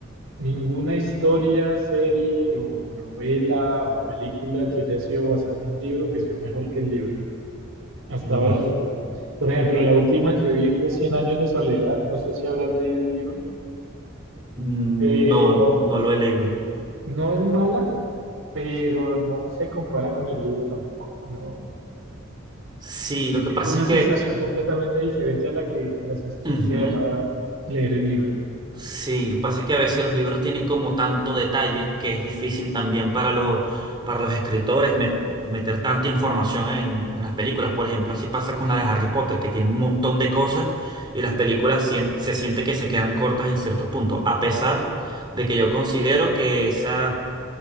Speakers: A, on the right; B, on the right.
A: ninguna historia, serie o novela o película que haya sido basada en un libro que sea mejor que el libro. Hasta
B: no,
A: ahora ninguna. Por ejemplo, la última que vi fue Cien años de soledad, no sé si habrás leído el libro,
B: no,
A: pero
B: no lo he leído.
A: no es mala pero no se compara con el libro tampoco. No
B: Sí, lo
A: deja
B: que pasa
A: una
B: es que,
A: sensación completamente diferente a la que a la sensación
B: ujú,
A: que dejaba leer el libro.
B: sí, lo que pasa es que a veces los libros tienen como tanto detalle que es difícil también para los, para los escritores met- meter tanta información en, en las películas. Por ejemplo, así pasa con la de Harry Potter, que tiene un montón de cosas y las películas sien- se siente que se quedan cortas en cierto punto, a pesar de que yo considero que esa